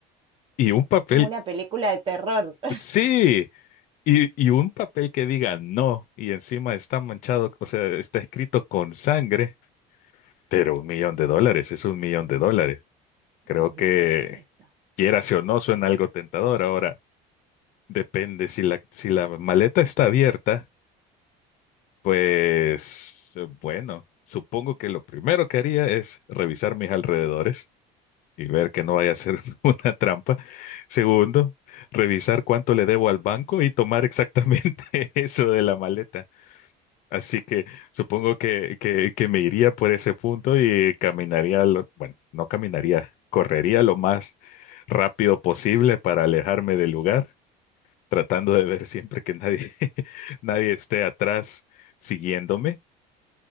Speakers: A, on the left; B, on the right.
A: y un papel?
B: Es como una película de terror. <laughs>
A: Sí, y, y un papel que diga no y encima está manchado, o sea, está escrito con sangre, pero un millón de dólares es un millón de dólares. Creo
B: Es
A: que
B: difícil esta.
A: quieras o no, suena algo tentador. Ahora, depende, si la, si la maleta está abierta, pues eh, bueno, supongo que lo primero que haría es revisar mis alrededores y ver que no vaya a ser <laughs> una trampa. Segundo, revisar cuánto le debo al banco y tomar exactamente <laughs> eso de la maleta. Así que supongo que, que, que me iría por ese punto y caminaría, lo- bueno, no caminaría, correría lo más rápido posible para alejarme del lugar tratando de ver siempre que nadie, <laughs> nadie esté atrás siguiéndome.